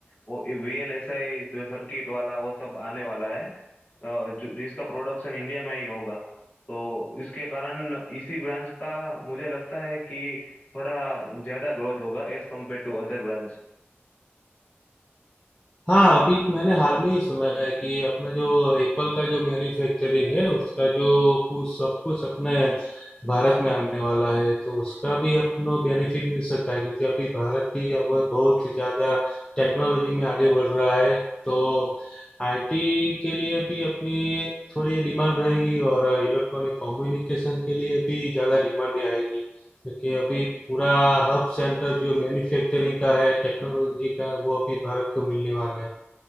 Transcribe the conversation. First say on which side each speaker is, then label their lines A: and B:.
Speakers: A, on the left; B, on the left.
A: वो वीएलएसआई जो सर्किट वाला वो सब आने वाला है अ, जो- जिसका प्रोडक्शन इंडिया में ही होगा तो इसके कारण इसी ब्रांच का मुझे लगता है कि थोड़ा ज्यादा ग्रोथ होगा as compare to other branch
B: हाँ अभी मैंने हाल में ही सुना है कि ये अपना जो एप्पल का जो मैन्युफैक्चरिंग है उसका जो कुछ सब कुछ अपने भारत में आने वाला है तो उसका भी अपनो बेनिफिट मिल सकता है क्योंकि अभी भारत भी अब बहुत ही ज्यादा टेक्नोलॉजी में आगे बढ़ रहा है तो आईटी के लिए भी अपनी थोड़ी डिमांड रहेगी और इलेक्ट्रॉनिक कम्युनिकेशन के लिए भी ज्यादा डिमांड आएगी क्योंकि अभी पूरा हब सेंटर जो मैन्युफैक्चरिंग का है टेक्नोलॉजी का वो अभी भारत को मिलने वाला है